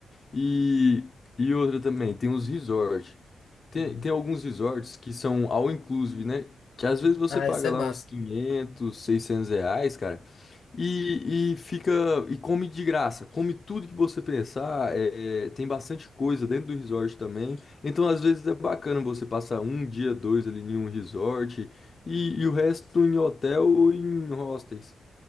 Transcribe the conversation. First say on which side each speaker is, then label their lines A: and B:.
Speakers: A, on the left; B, on the left.
A: E, e outra também, tem os resorts. Tem,
B: uhum.
A: tem alguns resorts que são all inclusive, né? Que às vezes você
B: Ah,
A: paga
B: isso é
A: lá
B: massa.
A: uns 500 600 reais, cara, e, e fica e come de graça. Come tudo que você pensar. é, tem bastante coisa dentro do resort também. Então, às vezes é bacana você passar um dia, dois ali em um resort e, e o resto em hotel ou em hostels.